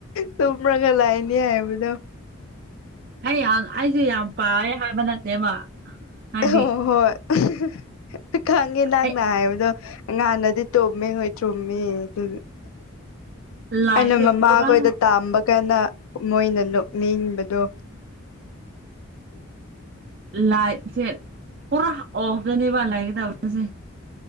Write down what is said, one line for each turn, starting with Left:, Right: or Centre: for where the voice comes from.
Left: ꯇꯨꯝꯔꯒ ꯂꯩꯅꯤ ꯍꯥꯏꯕꯗꯣ
Right: ꯑꯩ ꯌꯥꯝ ꯑꯩꯁꯨ ꯌꯥꯝ ꯄꯥꯌꯦ ꯍꯥꯏꯕ ꯅꯠꯇꯦꯕ ꯍꯥꯏꯗꯤ
Left: ꯑꯣ ꯍꯣꯏ ꯍꯦꯛꯇ ꯈꯪꯉꯦ ꯅꯪꯅ
Right: ꯑꯩ
Left: ꯍꯥꯏꯕꯗꯣ꯫ ꯑꯉꯥꯟꯅꯗꯤ ꯇꯨꯝꯃꯦ ꯍꯣꯏ ꯆꯨꯝꯃꯤꯗꯨꯒ
Right: ꯂꯥꯏꯁꯦ
Left: ꯑꯩꯅ ꯃꯃꯥꯈꯣꯏꯗ
Right: ꯄꯨꯔꯥ
Left: ꯇꯥꯝꯕꯀꯥꯟꯗ ꯃꯣꯏꯅ ꯅꯣꯛꯅꯤꯡꯕꯗꯣ ꯫
Right: ꯂꯥꯏꯠꯁꯦ ꯄꯨꯔꯥ ꯑꯣꯐꯇꯅꯦꯕ ꯂꯩꯒꯗꯕꯁꯦ